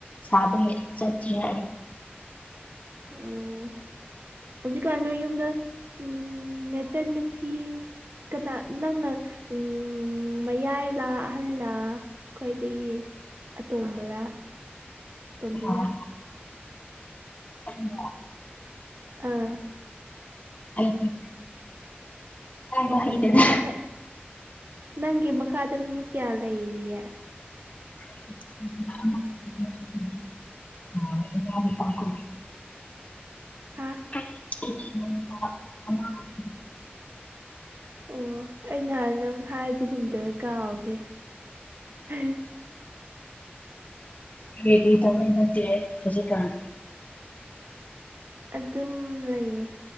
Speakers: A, on the left; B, on the right.
A: ꯁꯥꯕꯒꯤ ꯆꯠꯇꯔꯦ ꯑꯩ
B: ꯎꯝ ꯍꯧꯖꯤꯛꯀꯥꯟ ꯅꯣꯏꯌꯨꯝꯗ ꯎꯝ ꯅꯦꯆꯟ ꯅꯨꯞ ꯀꯅꯥ ꯅꯪꯅ ꯎꯨ ꯎꯨ ꯃꯌꯥꯏꯂꯥ ꯑꯍꯜꯂ ꯈ꯭ꯋꯥꯏꯗꯒꯤ ꯑꯇꯣꯝꯕꯔꯥ ꯇꯣꯝꯕꯤꯔꯥ
A: ꯑꯣ <unintelligible>
B: ꯑꯥ
A: ꯑꯩꯒꯤ ꯍꯥꯏꯕ ꯍꯩꯗꯦꯗ
B: ꯅꯥ ꯅꯪꯒꯤ ꯃꯈꯥꯗ ꯃꯤ ꯀꯌꯥ ꯂꯩꯔꯤꯌꯦ
A: <unintelligible>
B: ꯍꯥ
A: <unintelligible> ꯑꯃꯈꯛ
B: ꯑꯣ ꯑꯩ ꯅꯍꯥꯟ ꯅꯪ ꯍꯥꯏꯕꯒꯨꯝ ꯇꯧꯏ ꯀꯥꯎꯒ꯭ꯔꯦ ꯍꯥ ꯍꯥ
A: ꯀꯔꯤ ꯀꯔꯤ ꯇꯧꯏ ꯅꯪꯗꯤ ꯍꯧꯖꯤꯛꯀꯥꯟ
B: ꯑꯗꯨꯝ ꯂꯩꯌꯦ